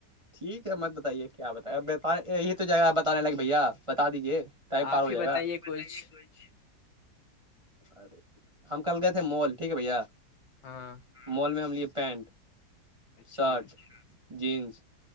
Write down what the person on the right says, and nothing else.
ٹھیک ہے مت بتائیے کیا بت گ یہی تو جگہ بتانے لگے بھیا بتا دیجے ٹائم پار
ہو
جائے
گا بتے
کچ ارے ہم کل گئے تھے مول ٹھیک ہے بھیا
مال میں ہم لیے پینٹ
شرٹ جینس